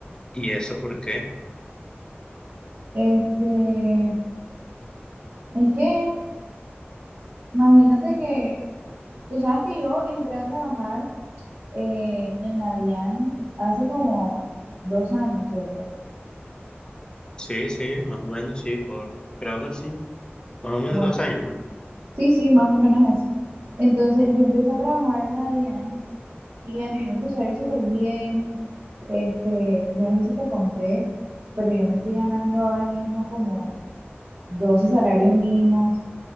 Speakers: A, on the left; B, on the right.
A: ¿Y eso por qué?
B: Este, es que imagínate que, tú sabes que yo entré a trabajar eh, en la DIAN hace como dos años, ¿cierto?
A: Sí, sí, más o menos, sí, por, creo que sí, más o menos
B: Bueno,
A: dos años, ¿no?
B: sí, sí, más o menos eso. Entonces yo empecé a trabajar en la DIAN Y a mí me empezó a ir súper bien. Este, yo no sé si te conté, pero yo me estoy ganando ahora mismo como 12 salarios mínimos.